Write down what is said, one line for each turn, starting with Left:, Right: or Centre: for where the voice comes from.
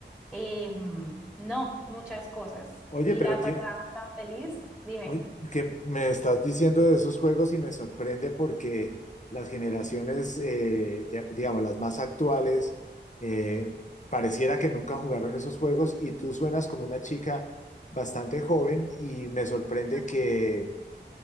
Centre: em, no, muchas cosas.
Left: Oye,
Centre: Y
Left: pero
Centre: la
Left: tie-
Centre: pasábamos tan feliz, dime.
Left: oye, que me estás diciendo de esos juegos y me sorprende porque las generaciones, eh, di- digamos, las más actuales, eh, pareciera que nunca jugaron esos juegos y tú suenas como una chica bastante joven y me sorprende
Centre: <laughs>
Left: que,